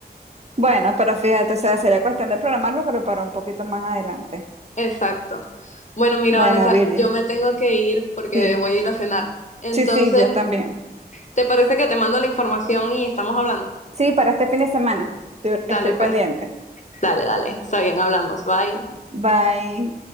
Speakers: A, on the right; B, on the left.
A: Bueno, pero fíjate, o sea, sería cuestión de programarlo, pero para un poquito más adelante.
B: Exacto. Bueno, mira,
A: Bueno,
B: Vanessa,
A: Virgin,
B: yo me tengo que ir porque
A: sí,
B: voy a ir a cenar. Entonces,
A: sí, sí, yo también.
B: ¿te parece que te mando la información y estamos hablando?
A: Sí, para este fin de semana. Estoy,
B: Dale,
A: estoy pendiente.
B: pues. Dale, dale. Está bien, hablamos. Bye.
A: Bye.